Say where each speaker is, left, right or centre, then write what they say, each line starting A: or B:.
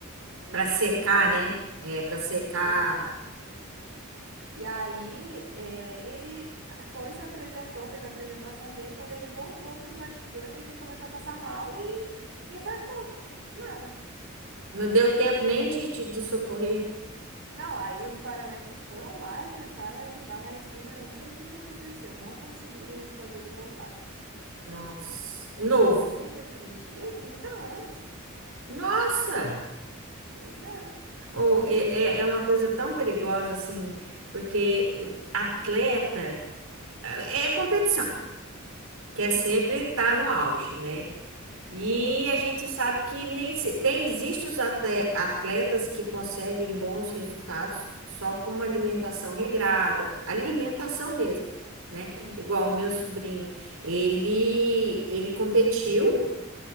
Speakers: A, on the right; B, on the right.
A: sei
B: Pra
A: se
B: secar,
A: você sabe
B: né?
A: disso.
B: É,
A: É,
B: pra secar.
A: para secar. E aí, é, ele foi, se apresentou, fez a apresentação dele. Quando ele voltou para os bastidores, ele começou a passar mal e infartou. Do Nada.
B: Não deu tempo nem de, de, de socorrer.
A: Não, aí os paramédicos foram lá e tentaram ajudar, mas, menina, não sei o que que aconteceu. Não conseguiram fazer ele voltar.
B: Nossa! Novo.
A: Foi muito triste. E trinta anos.
B: Nossa!
A: Pois é.
B: Ou é, é é uma coisa tão perigosa assim, porque o atleta é é competição, quer
A: Sim,
B: sempre estar no auge, né? E a gente sabe que nem se- tem existem os ate- atletas que conseguem bons resultados só com uma alimentação regrada, alimentação mesmo, né?
A: sim.
B: Igual o meu sobrinho, ele ele competiu